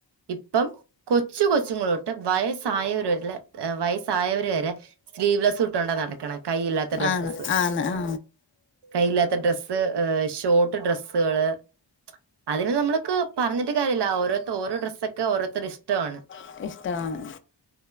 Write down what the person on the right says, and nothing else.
ഇപ്പം കൊച്ച് കൊച്ച്ങ്ങളൊട്ട് വയസ്സായവര് വരില്ല വയസ്സായവർ വരെ സ്ലീവ്ലെസ്സ് ഇട്ടോണ്ട നടക്കണേ കൈയില്ലാത്ത ഡ്രസ്സ്സസ്
കയ്യില്ലാത്ത ഡ്രസ്സ്, ഷോട്ട് ഡ്രസ്സ്കള് അതിനെ നമ്മൾക്ക് പറഞ്ഞട്ട് കാര്യാല്ല ഓരോരുത്ത ഓരോ ഡ്രസ്സക്കെ ഓരോരുത്തരുടെ ഇഷ്ടമാണ്